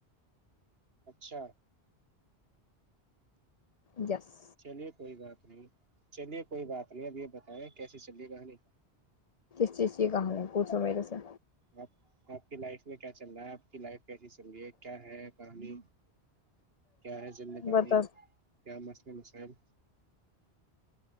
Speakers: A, on the right; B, on the left.
A: اچھا
B: جس
A: چلیے کوئی بات نہیں چلیے کوئی بات نہیں اب یہ بتائیں کیسے چلیے گانی
B: اچی ای کہانی ہے کچھ میرد سےے
A: آپ آپ کی لائف میں کیا چل رہا ہے آپ کی لائف کیسی چل رہی ہے کیا ہے کہانی کیا ہے زندگانی
B: بتا
A: کیا مسم مسائل